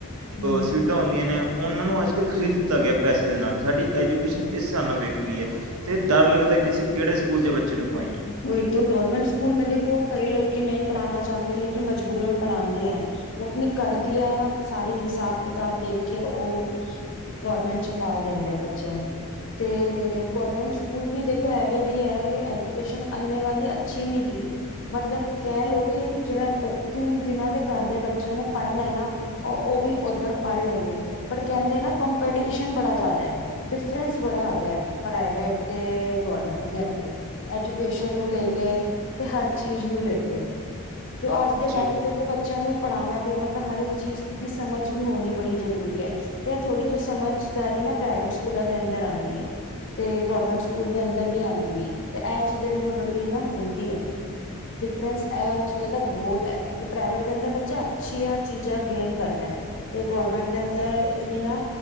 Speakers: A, on the left; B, on the right.
A: ਹਮ
B: ਸੀਟਾਂ ਹੁੰਦੀਆਂ ਨੇ ਉਹਨਾਂ ਨੂੰ ਅੱਜ ਕੱਲ੍ਹ ਖਰੀਦ ਦਿੱਤਾ ਗਿਆ ਪੈਸੇ ਦੇ ਨਾਲ ਸਾਡੀ ਐਜੂਕੇਸ਼ਨ ਇਸ ਹਿਸਾਬ ਨਾਲ ਵਿਕ ਗਈ ਹੈ। ਅਤੇ ਡਰ ਲੱਗਦਾ ਕਿ ਅਸੀਂ ਕਿਹੜੇ ਸਕੂਲ 'ਚ ਬੱਚੇ ਨੂੰ ਪਾਈਏ
A: ਵਹੀ ਤੋ ਗੌਰਮੈਂਟ ਸਕੂਲ ਮੇ ਦੇਖੋ। ਲੋਕੀ ਨਹੀਂ ਪੜ੍ਹਾਣਾ ਚਾਹੁੰਦੇ ਲੇਕਿਨ ਮਜਬੂਰਨ ਪੜ੍ਹਾਦੇ ਆ ਉਹ ਆਪਣੀ ਘਰ ਦੀਆਂ ਸਾਰੀ ਹਿਸਾਬ ਕਿਤਾਬ ਦੇਖ ਕੇ ਉਹ ਗਰਮੈਂਟ ਚ ਪਾ ਦਿੰਦੇ ਆ ਬੱਚਿਆਂ ਨੂੰ ਤੇ ਗਰਮੈਂਟ ਸਕੂਲ ਵੀ ਦੇਖੋ ਐਵੇ ਦੀ ਹੈ ਕਿ ਐਜੂਕੇਸ਼ਨ ਅੰਨੇ ਵਾ ਦੀ ਅੱਛੀ ਨੀ ਗ ਮਤਲਬ ਕਹਿ ਲੋਓ ਕਿ ਜਿ ਜਿਨਾਂ ਦੇ ਘਰ ਦੇ ਬੱਚਿਆਂ ਨੇ ਪੜਨਾ ਨਾ ਉਹ ਵੀ ਓਧਰ ਪੜ੍ਹ ਲੈਂਗੇ ਬਟ ਕਹਿੰਦੇ ਨਾ ਕੰਪੀਟੀਸ਼ਨ ਬੜਾ ਜ਼ਿਆਦਾ ਏ ਡਿਫਰਸ ਬੜਾ ਹੈਗਾ ਪ੍ਰਾਈਵੇਟ ਤੇ ਗੌਰਮੈਂਟ ਦੇ ਅੰਦਰ ਐਜੂਕੇਸ਼ਨ ਨੂੰ ਲੈ ਕੇ ਤੇ ਹਰ ਚੀਜ਼ ਨੂੰ ਲੈ ਕੇ ਅੱਜ ਦੇ ਟਾਈਮ
B: ਜੀ
A: ਦੇ ਦੇਖੋ ਬੱਚਿਆਂ ਨੂੰ ਪੜ੍ਹਾਣਾ ਵੀ ਮਤਲਬ ਹਰ ਚੀਜ਼ ਦੀ ਸਮਝ ਵੀ ਹੋਣੀ ਬੜੀ ਜਰੂਰੀ ਹੈ ਤੇ ਥੋੜੀ ਜ ਸਮਝਦਾਰੀ ਨਾ ਪ੍ਰਾਈਵੇਟ ਸਕੂਲਾਂ ਦੇ ਅੰਦਰ ਆਦੀ ਆ ਤੇ ਗੌਰਮੈਂਟ ਸਕੂਲ ਦੇ ਅੰਦਰ ਨੀ ਆਦੀ ਤੇ ਇਹ ਚੀਜ਼ਾਂ ਵੀ ਬੜੀ ਨਾ ਹੁੰਦੀ ਆ ਡਿਫਰੈਸ ਬਹੁਤ ਹੈ ਪ੍ਰਾਈਵੇਟ ਦੇ ਅੰਦਰ ਬੱਚਾ ਅੱਛੀਆਂ ਚੀਜ਼ਾਂ ਗੇਨ ਕਰਦਾ ਤੇ ਗਰਮੈਂਟ ਦੇ ਅੰਦਰ ਇਤਨੀ ਨਾ